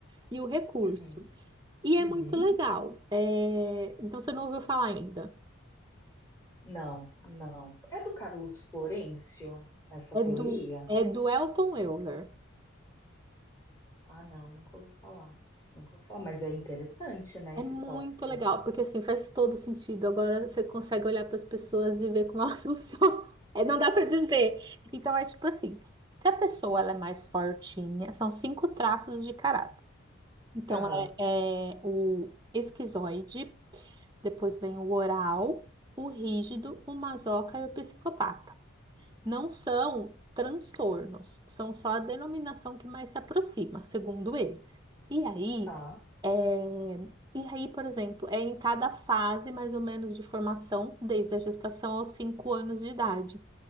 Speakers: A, on the right; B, on the left.
A: e o recurso.
B: Uhum.
A: E é
B: Uhum.
A: muito legal. É, Então você não ouviu falar ainda.
B: Não, não. É do Carlos Florencio, essa
A: É
B: teoria?
A: do, é do Elton Euler.
B: Ah, não, nunca ouvi falar. Nunca ouvi falar, mas é interessante, né,
A: É
B: esse
A: muito
B: tópico.
A: legal, porque assim faz todo sentido. Agora você consegue olhar para as pessoas e ver como elas <laughs> funcionam. É, não dá para desver. Então é tipo assim: se a pessoa ela é mais fortinha, são cinco traços de caráter. Então
B: Aham.
A: é, é o esquizoide, depois vem o oral, o rígido, o masoca e o psicopata. não são transtornos, são só a denominação que mais se aproxima, segundo eles. E aí,
B: Tá.
A: é, e aí, por exemplo, é em cada fase mais ou menos de formação, desde a gestação aos cinco anos de idade.